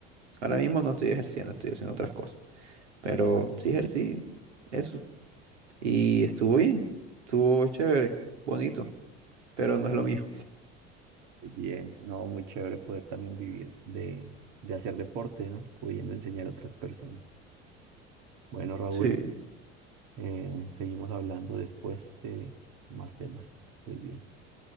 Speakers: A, on the right; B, on the right.
A: Ahora mismo no estoy ejerciendo, estoy haciendo otras cosas. Pero sí ejercí eso. Y estuvo bien, estuvo chévere, bonito, pero no es lo mío.
B: Muy bien, no, muy chévere poder también vivir de, de hacer deporte, ¿no? Pudiendo enseñar a otras personas. Bueno, Raúl,
A: Sí.
B: eh, seguimos hablando después de más temas. Que estés bien.